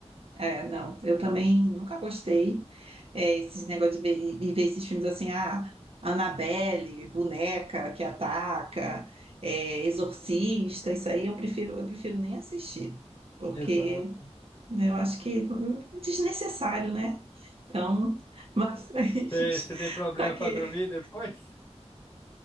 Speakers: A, on the right (about 55°); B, on the left (about 20°).
A: é, não. Eu também nunca gostei. É, esses negócios de ver, e ver esses filmes assim, ah, Annabelle, boneca que ataca, é, exorcista, isso aí eu prefiro, eu prefiro nem assistir, porque
B: Exato.
A: né, eu acho que hum, é desnecessário, né? Então, mas <laughs>
B: Você tem problema
A: para que
B: pra dormir depois?